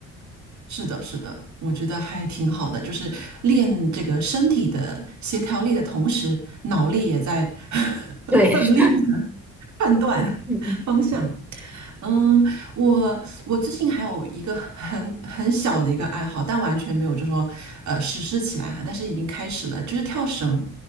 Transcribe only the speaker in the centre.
对，
是的，
<laughs> 嗯嗯。